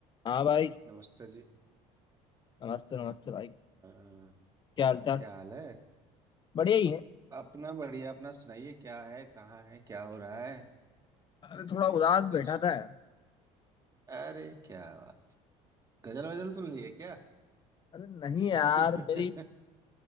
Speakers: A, on the left; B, on the right.
A: हाँ भाई
B: नमस्ते जी
A: नमस्ते नमस्ते भाई
B: हाँ,
A: क्या हालचाल
B: क्या हाल है
A: बढ़िया ही है
B: अपना बढ़िया अपना सुनाइए क्या है कहाँ है क्या हो रहा है
A: अरे थोड़ा
B: मिस्टर
A: उदास बैठा था यार
B: अरे क्या बात गजल वजल सुन लिए क्या
A: अरे नहीं यार
B: <laughs>
A: मेरी